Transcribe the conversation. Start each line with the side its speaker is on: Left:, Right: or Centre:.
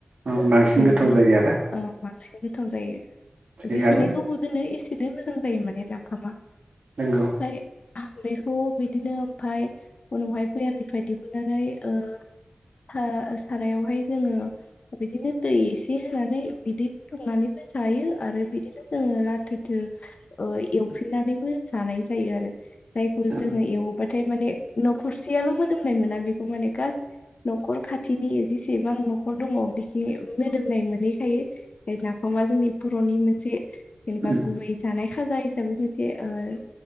Right: ओ बांसिन
Left: एसेनो
Right: गोथाव
Left: दोनो
Right: जायो आरो
Left: ओ बांसिन गोथाव जायो
Right: थिगानो
Left: जेसेनि गोबाव दोनो एसे बिनो मोजां जायो माने नाफामा
Right: नोंंगौ
Left: ओमफ्राय आं बेखौ बिदिनो ओमफ्राय उनावहाय भैयामनिफ्राय दिहुननानै ओ सा सारायावहाय जोङो बिदिनो दै एसे होनानै बिदै फुदुंनानैबो जायो आरो बिदिनो जोङो लाथोथो एवफिननानैबो जानाय जायो आरो जायखौ
Right: उम
Left: जोंओ एवो बाथाय माने नखरसेयाल मोदोमनाय मोना बेखौ माने गास नखर खाथिनि जेसेबां नखर दङ बेखि मोदोमनाय मोनहैखायो नाफामा जोंनि बरनि मोनसे जेनबा
Right: उम
Left: गुवैजानाय खाजा हिसाबै मोनसे ओ